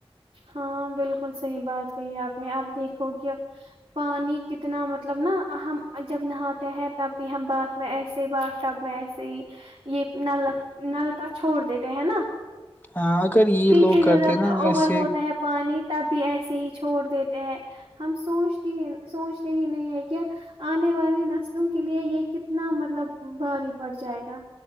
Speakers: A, on the right; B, on the left.
A: ہاں بالکل صحیح بات کہی ہے آپ نے اب دیکھو کہ پانی کتنا مطلب نا ہم جب نہاتے ہیں تب بھی ہم باتدھ میں ایسے ہی باتب میں ایسے ہی یہ نل نل کا چھوڑ دیتے ہیں نا
B: ہاں اگر یہ
A: پیچھے
B: لوگ
A: سے
B: کرتے
A: جب
B: ہیں نا
A: اوور
B: ایسے
A: ہوتا ہے پانی تب بھی ایسے ہی چھوڑ دیتے ہیں ہم سوچتے ہی سوچتے ہی نہیں ہے کہ آنے والی نسلوں کے کے لیے یہ کتنا مطلب بھاری پڑ جائے گا